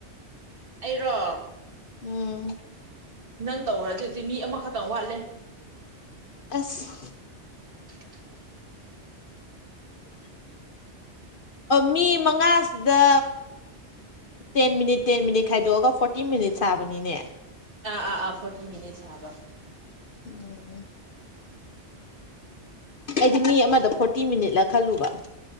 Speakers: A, on the right (about 50°); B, on the left (about 55°).
A: ꯑꯩꯔꯣ
B: ꯎꯝ
A: ꯅꯪ ꯇꯧꯈ꯭ꯔꯗꯤꯖꯤ ꯃꯤ ꯑꯃꯈꯛꯇꯪ ꯋꯥꯠꯂꯦ
B: ꯑꯁ
A: <inaudible>
B: ꯃꯤ ꯃꯉꯥꯁꯤꯗ ꯇꯦꯟ ꯃꯤꯅꯤꯠ ꯇꯦꯟ ꯃꯤꯅꯤꯠ ꯈꯥꯏꯗꯣꯛꯑꯒ ꯐꯣꯔꯇꯤꯟ ꯃꯤꯅꯤꯠ ꯁꯥꯕꯅꯤꯅꯦ
A: ꯑꯥ ꯑꯥ ꯑꯥ ꯐꯣꯔꯇꯤ ꯃꯤꯅꯤꯠꯁ ꯍꯥꯕ
B: ꯎꯝ ꯑꯩꯗꯤ ꯃꯤ ꯑꯃꯗ ꯐꯣꯔꯇꯤ ꯃꯤꯅꯤꯠꯂ ꯈꯜꯂꯨꯕ